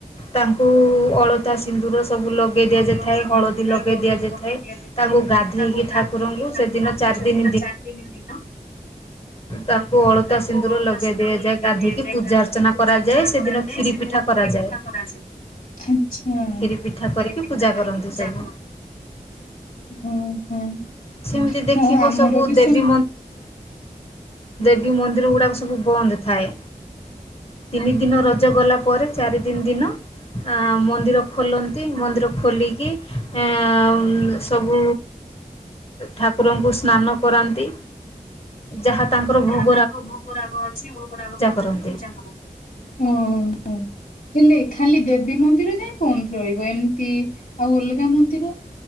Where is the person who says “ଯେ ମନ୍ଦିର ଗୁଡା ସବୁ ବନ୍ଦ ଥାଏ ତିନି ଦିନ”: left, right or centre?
Left